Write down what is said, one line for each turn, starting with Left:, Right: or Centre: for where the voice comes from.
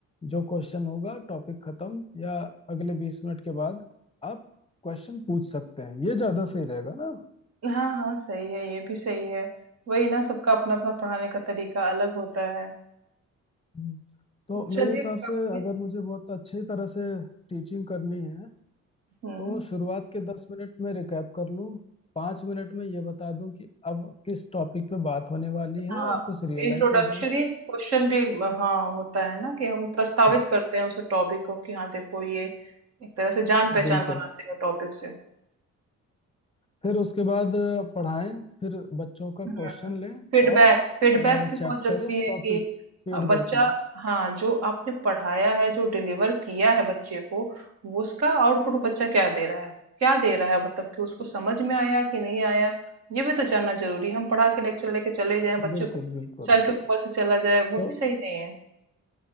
Left: जो क्वेश्चन होगा टॉपिक खत्म या अगले बीस मिनट के बाद आप क्वेश्चन पूछ सकते हैं ये ज्यादा सही रहेगा ना
Right: हाँ हाँ सही है ये भी सही है वही ना सबका अपना अपना पढ़ाने का तरीका अलग होता है
Left: हम्म। तो मेरे
Right: चलिए
Left: हिसाब
Right: काफी
Left: से अगर मुझे बहुत अच्छी तरह से टीचिंग करनी है
Right: हम्म
Left: तो शुरुआत के दस मिनट में रिकैप कर लूँ पाँच मिनट में ये बता दूं कि अब किस टॉपिक पे बात होने वाली है
Right: हाँ
Left: और कुछ रियल
Right: इंट्रोडक्टरी
Left: लाइफ एग्जांपल्स
Right: क्वेश्चन भी म, हाँ होता है ना कि हम प्रस्तावित
Left: हाँ
Right: करते हैं उस टॉपिक को कि हाँ देखो ये एक तरह से जान पहचान
Left: बिल्कुल
Right: बनाते हैं टॉपिक से
Left: फिर उसके बाद अ, पढ़ाएं फिर बच्चों का क्वेश्चन
Right: हम्म
Left: लें
Right: फीडबैक
Left: और
Right: फीडबैक भी
Left: चैप्टर
Right: बहुत जरूरी
Left: या
Right: है
Left: टॉपिक
Right: कि
Left: फीडबैक
Right: अ, बच्चा
Left: लें
Right: हाँ जो आपने पढ़ाया है जो डिलीवर किया है बच्चे को वो उसका आउटपुट बच्चा क्या दे रहा है क्या दे रहा है मतलब कि उसको समझ में आया कि नहीं आया ये भी तो जानना जरूरी है हम पढ़ा के लेक्चर लेके चले जाएं बच्चे
Left: बिल्कुल
Right: को
Left: बिल्कुल
Right: सर
Left: बिल्कुल
Right: के ऊपर से चला जाए वो
Left: तो
Right: भी सही नहीं है